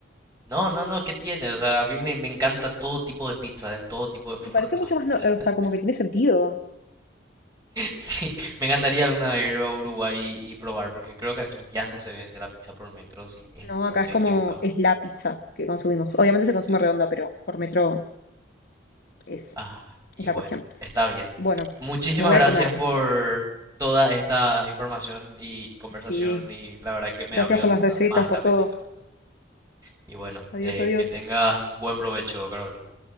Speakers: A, on the right (about 20°); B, on the left (about 55°).
A: No, no, no, ¿qué tiene? O sea, a mí me, me encanta todo tipo de pizza, en todo tipo de <laughs> formas.
B: Me parece mucho más, no-
A: ¿entendés?
B: eh, o sea, como que tiene sentido.
A: Sí, me encantaría alguna vez ir a Uruguay y, y probar, porque creo que aquí ya no se vende la pizza por metro, si es-
B: No,
A: no
B: acá
A: estoy
B: es como,
A: equivocado.
B: es la pizza que consumimos. Obviamente se consume
A: Sí.
B: redonda, pero por metro es,
A: Ah, y
B: es
A: bueno,
B: la cuestión.
A: está bien.
B: Bueno,
A: Muchísimas
B: me voy
A: gracias
B: a comer.
A: por toda esta información y conversación
B: Sí.
A: y la verdad que me
B: Gracias
A: abrió
B: por las recetas,
A: na- más
B: por
A: el apetito.
B: todo.
A: Y bueno,
B: Adiós,
A: eh,
B: adiós.
A: que tengas buen provecho, Carolina.